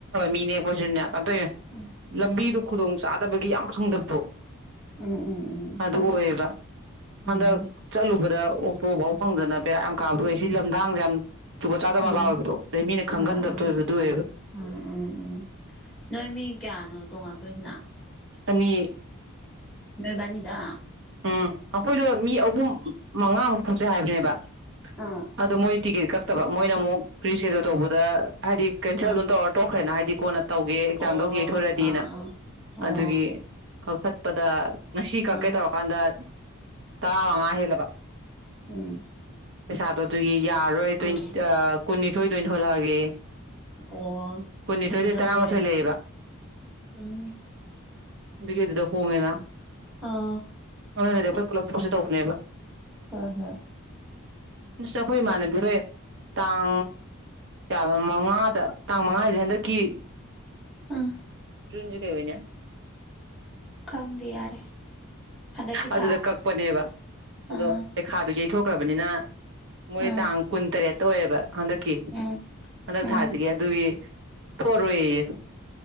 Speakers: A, on the right; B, in the centre.
A: ꯃꯤꯅꯦꯈꯣꯏ
B: ꯎꯝ
A: ꯀꯟꯇꯧꯅꯦ
B: ꯎꯝ
A: ꯂꯝꯕꯤꯗꯨ ꯈꯨꯗꯣꯡ ꯆꯥꯗꯕꯒꯤ ꯌꯥꯝ ꯁꯪꯗ ꯊꯣꯛꯣ
B: ꯎꯝ ꯎꯝ ꯎꯝ
A: ꯑꯗꯨ ꯑꯣꯏꯌꯦꯕ
B: ꯎꯝ
A: ꯍꯟꯗꯛ ꯆꯠꯂꯨꯕꯗ ꯎꯄꯥꯎ ꯐꯪꯗꯅ ꯄꯦꯔꯥ ꯌꯥꯝ ꯀꯥꯕꯊꯣꯛꯑꯏ ꯁꯤ ꯂꯝꯗꯥꯥꯡꯁꯗ ꯌꯥꯝ ꯖꯨꯒꯣꯠ ꯆꯥꯗꯕ
B: ꯑꯥ
A: ꯃꯄꯥ ꯑꯣꯏꯕꯗꯣ ꯑꯗꯩ ꯃꯤꯅ ꯈꯪꯒꯟꯗꯕꯗꯣ
B: ꯎ ꯎꯝ
A: ꯑꯣꯏꯕꯗꯣ ꯑꯣꯏꯌꯦꯕ
B: ꯎꯝ ꯎꯝ ꯎꯝ ꯅꯣꯏ ꯃꯤ ꯀꯌꯥꯅꯣ ꯇꯣꯉ ꯇꯁꯤꯅ
A: ꯑꯅꯤ
B: ꯅꯦ ꯟꯗ
A: ꯎꯝ ꯑꯩꯈꯣꯏꯗꯣ ꯃꯤ ꯑꯍꯨꯝ ꯃꯉꯥꯃꯨꯛ ꯐꯁꯦ ꯍꯥꯏꯕꯅꯦꯕ
B: ꯑꯥ
A: ꯑꯗ ꯃꯣꯣꯏ ꯇꯤꯀꯦꯠ ꯀꯛꯇꯕ ꯃꯣꯏꯅ ꯑꯃꯨꯛ ꯄ꯭ꯔꯤꯁꯦꯗꯨꯜ ꯇꯧꯕꯗ ꯑꯔꯤ ꯀ ꯑ
B: ꯑꯥ
A: ꯑꯗꯨ ꯇꯣ ꯑꯣꯣꯈ ꯗꯤ ꯀꯣꯟꯅ ꯇꯧꯒꯦ ꯑꯦꯛꯖꯥꯝꯗꯧ
B: ꯑꯣ
A: ꯌꯩꯊꯣꯔꯛꯗꯤꯅ
B: ꯑꯥ ꯑꯥ ꯑꯣ
A: ꯑꯗꯨꯒꯤ ꯀꯛꯊꯠꯄꯗ ꯅꯁꯤ ꯀ
B: ꯑꯥ
A: ꯀꯥꯟꯗ ꯇꯔꯥꯉꯍꯦꯂꯕ
B: ꯎꯝ
A: ꯄꯩꯁꯥꯗꯣ ꯑꯗꯨꯒꯤ ꯌꯥꯔꯣꯏ ꯇ
B: ꯑꯥ
A: ꯀꯨꯟꯅꯤꯊꯣꯏꯗꯣꯏ ꯊꯣꯛꯂꯛꯑꯒꯦ
B: ꯑꯣ
A: ꯀꯨꯟꯅꯤꯊꯣꯏꯗꯩ
B: ꯊꯦꯡꯊꯍꯧꯔꯦꯕ
A: ꯇꯔꯥꯃꯥꯊꯣꯏ ꯂꯩꯌꯦꯕ
B: ꯎꯝ
A: ꯑꯗꯨꯒꯦ ꯑꯗꯨꯗ ꯍꯣꯡꯉꯦꯅ
B: ꯑꯥ
A: ꯃꯗꯤ ꯑꯩꯈꯣꯏ ꯄꯨꯂꯞ ꯄꯁꯦ ꯇꯧꯕꯅꯦꯕ
B: ꯍꯣꯏ ꯍꯣꯏ
A: ꯑꯩꯈꯣꯏ ꯏꯃꯥꯟꯅꯕꯤ ꯍꯣꯏ ꯇꯥꯡ ꯀ ꯃꯉꯥꯗ ꯇꯥꯡ ꯃꯉꯥꯁꯦ ꯍꯟꯗꯛꯀꯤ
B: ꯑꯥ
A: ꯖꯨꯟꯖꯨ ꯀꯥꯏꯕꯅꯤ
B: ꯈꯪꯗꯦ ꯌꯥꯔꯦ ꯍꯟꯗꯛꯀꯤ
A: ꯑꯗꯨꯗ
B: ꯊꯥ
A: ꯀꯛꯄꯅꯦꯕ ꯑꯗꯣ
B: ꯑꯥ
A: ꯄꯩꯈꯥꯗꯣ ꯌꯩꯊꯣꯛ ꯈꯕꯅꯤꯅ ꯃ
B: ꯑꯥ
A: ꯇ ꯑꯪꯀꯨꯟ ꯇ ꯇꯧ ꯑꯦꯕ ꯍꯟꯗꯛꯀꯤ
B: ꯎꯝ
A: ꯍꯟꯗꯛ
B: ꯎꯝ
A: ꯊꯥꯖꯒꯦ ꯑꯗꯨꯒꯤ ꯊꯣꯛꯑꯔꯣꯏ ꯌꯦꯌꯦ